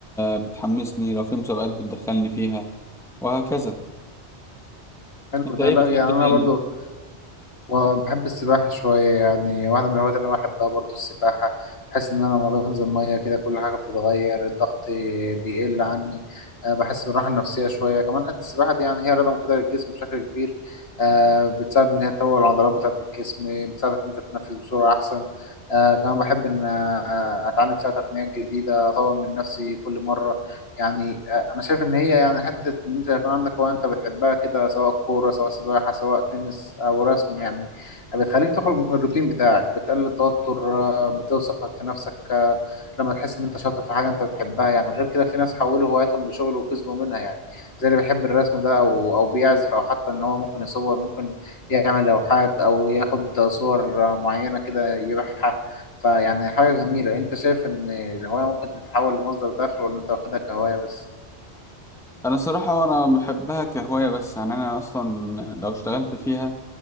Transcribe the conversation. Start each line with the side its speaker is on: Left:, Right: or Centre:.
Centre: بتحمسني لو في مسابقات بتدخلني فيها وهكذا
Left: حلو
Centre: أنت
Left: ده
Centre: إيه
Left: لا
Centre: بتحب
Left: يعني
Centre: تاني؟
Left: انا برضو وبحب السباحة شوية يعني واحدة من الهوايات اللي أنا بحبها برضو السباحة بحس إن أنا لما بنزل مية كده كل حاجة بتتغير الضغط بيقل عني أه بحس بالراحة النفسية شوية كمان حتى السباحة دي يعني هي رياضة مفيدة للجسم بشكل كبير أه بتساعد إن هي تقوي العضلات بتاعة الجسم بتساعدك إن أنت تتنفس بسرعة أحسن أه كمان بحب إن آه، أتعلم فيها تقنيات جديدة أطور من نفسي كل مرة يعني انا شايف ان هي يعني حته ان انت يكون عندك هوايه انت بتحبها كده سواء كوره سواء سباحه سواء تنس او رسم يعني بتخليك تخرج من الروتين بتاعك بتقلل التوتر آه، بتزود ثقتك في نفسك آه، لما تحس ان انت شاطر في حاجه انت بتحبها يعني غير كده في ناس حولوا هواياتهم لشغل وكسبوا منها يعني زي اللي بيحب الرسم ده او او بيعزف او حتى ان هو ممكن يصور ممكن يعمل لوحات او ياخد صور معينه كده يبيعها فيعني حاجة جميلة انت شايف ان الهواية ممكن تتحول لمصدر دخل ولا انت واخدها كهواية بس
Centre: انا صراحة انا بحبها كهواية بس يعني انا اصلا لو اشتغلت فيها